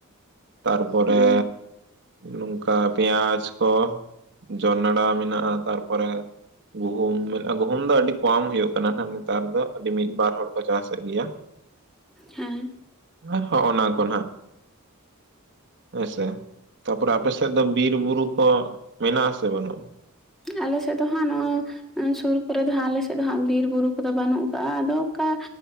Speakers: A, on the right (about 55°); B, in the centre.
A: ᱛᱟᱨᱯᱚᱨᱮ
B: ᱦᱩᱸ
A: ᱱᱚᱝᱠᱟ ᱯᱮᱸᱭᱟᱡ, ᱠᱚ ᱡᱚᱱᱲᱟ ᱢᱮᱱᱟᱜᱼᱟ ᱛᱟᱨᱯᱚᱨᱮ ᱜᱩᱦᱩᱢ ᱢᱮᱱᱟᱜᱼᱟ,. ᱜᱩᱦᱩᱢ ᱫᱚ ᱟᱹᱰᱤ ᱠᱚᱢ ᱦᱩᱭᱩᱜ ᱠᱟᱱᱟ ᱱᱟᱦᱟᱜ ᱱᱮᱛᱟᱨ ᱫᱚ ᱟᱹᱰᱤ ᱢᱤᱫ ᱵᱟᱨ ᱦᱚᱲ ᱠᱚ ᱪᱟᱥᱮᱫ ᱜᱮᱭᱟ᱾
B: ᱦᱮᱸ
A: ᱦᱚᱸ ᱦᱚᱸᱜ-ᱚᱱᱟ ᱠᱚ ᱱᱟᱜ ᱦᱮᱸᱥᱮ ᱛᱟᱯᱚᱨᱮ ᱟᱯᱮ ᱥᱮᱫ ᱫᱚ ᱵᱤᱨ ᱵᱩᱨᱩ ᱠᱚ ᱢᱮᱱᱟᱜ ᱟᱥᱮ ᱵᱟᱹᱱᱩᱜᱼᱟ?
B: ᱟᱞᱮᱥᱮᱫ ᱫᱚ ᱦᱟᱸᱜ ᱱᱚᱜᱼᱚᱭ ᱥᱩᱨ ᱠᱚᱨᱮ ᱫᱚ ᱦᱟᱸᱜ ᱟᱞᱮ ᱥᱮᱫ ᱫᱚ ᱦᱟᱸᱜ ᱵᱤᱨᱼᱵᱩᱨᱩ ᱠᱚᱫᱚ ᱵᱟᱹᱱᱩᱜ ᱠᱟᱜᱼᱟ ᱟᱫᱚ ᱚᱱᱠᱟ